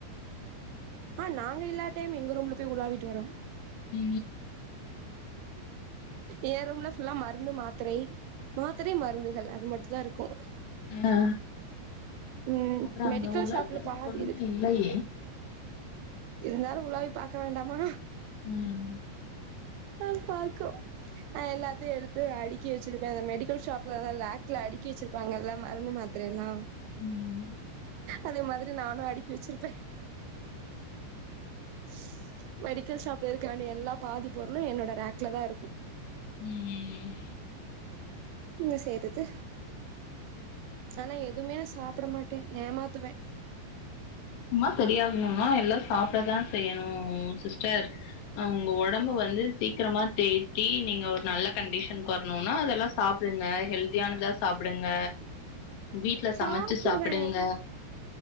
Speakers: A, on the right; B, on the left.
A: ஆ நாங்க இல்லாட் டைம் எங்க ரூம்ல போய் உலாவிட்டு வரு
B: உ
A: ஏ ரூம்ல ஃபுல்லா மருந்து மாத்திரை மாத்திரை மருந்துகள் அது மட்டுந் தா இருக்கு
B: அ
A: ம்
B: அப்றோ அங்க
A: மெடிக்கல் ஷாப்ல பாதி
B: உண்ணுமே
A: இருக்கு
B: இல்லையே
A: இருந்தாலு உலாவி பாக்க வேண்டாமா
B: உஹம்
A: நா பாக்கோ ந எல்லாத்தையு எடுத்து அடுக்கி வச்சிருப்பே அந்த மெடிக்கல ஷாப்லான் லேக்ல அடுக்கி வச்சிருப்பாங்கல்ல மருந்து மாத்திரை எல்லா
B: உஹம்
A: அதே மாதிரி நானும் அடுக்கி வச்சிருப்பேன் ஹ மெடிக்கல் ஷாப்ல இரு இரு வேண்டி எல்லா பாதி பொருளும் என்னோட ரேக்ல தான் இருக்கும்
B: உஹம்
A: உங்க செய்றது ஆனா எதுவுமே சாப்பிட மாட்டேன் ஏ மாத்தமே
B: அமா சரியாகணும்னா எல்லாம் சாப்பிடதான் செய்யணும் சிஸ்டர் உங்க உடம்ப வந்து சீக்கிரமா தே்சி நீங்க ஒரு நல்ல கண்டிஷன் கு வரணும்னா அதெல்லாம் சாப்பிடுங்க ஹெல்தியானதா சாப்பிடுங்க வீட்டு்ல சமைச்சு
A: சாப்டுவே
B: சாப்பிடுங்க